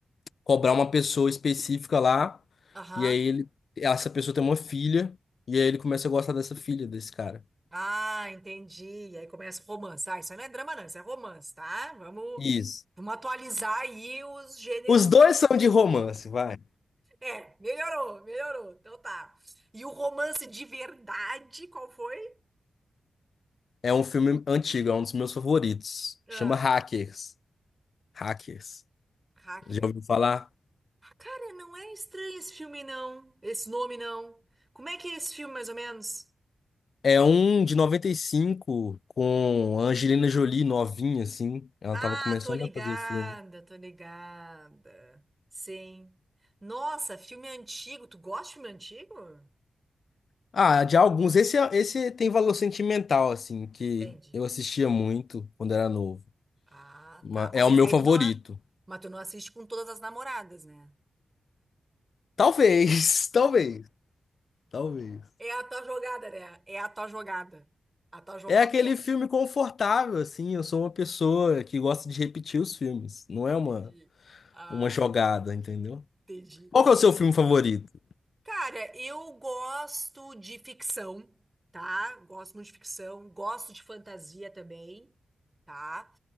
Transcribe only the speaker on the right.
Aham.
Ah, entendi. E aí começa o romance. Ah, isso aí não é drama, não, isso é romance, tá? Vamos,
vamos atualizar aí os gêneros.
É, melhorou, melhorou. Então tá. E o romance de verdade, qual foi?
Ah,
Hacker.
Ah, Cara, não é estranho esse filme, não. Esse nome, não. Como é que é esse filme, mais ou menos?
Ah,
tô ligada,
tô ligada. Sim. Nossa, filme antigo. Tu gosta de filme antigo?
Entendi.
Ah,
tá. Mas
esse
aí
tu não, a- mas tu não assiste com todas as namoradas, né?
É a tua jogada, né? É a tua jogada. A tua jogada
é. Entendi. Ah,
entendi.
Não.
Cara, eu gosto de ficção, tá? Gosto muito de ficção. Gosto de fantasia também, tá?